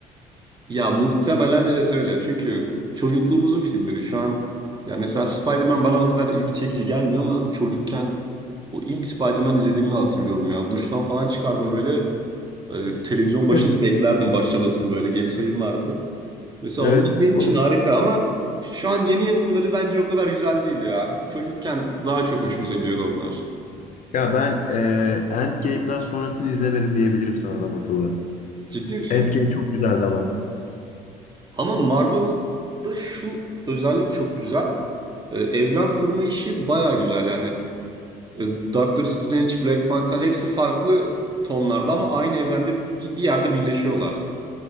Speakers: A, on the right (about 25°); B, on the left (about 45°).
A: Ya muhtemelen evet öyle. Çünkü çocukluğumuzun filmleri şu an ya mesela Spider-Man bana o kadar ilgi çekici gelmiyor ama çocukken o ilk Spider-Man izlediğimi hatırlıyorum ya. Duştan falan çıkardım böyle e, televizyon başında
B: <laughs>
A: beklerdim başlamasını böyle geri sayım vardı. Mesela
B: Evet.
A: onlar benim
B: Oğlum,
A: için harika ama şu an yeni yapımları bence o kadar güzel değil ya. Çocukken daha çok hoşumuza gidiyordu onlar.
B: Ya ben e, Endgame'den sonrasını izlemedim diyebilirim sana adam akıllı.
A: Ciddi misin?
B: Endgame çok güzeldi ama.
A: Ama Marvel'da şu özellik çok güzel. Ee, evren kurma işi baya güzel. Yani e, Doctor Strange, Black Panther hepsi farklı tonlarda ama aynı evrende bir, bir yerde birleşiyorlar.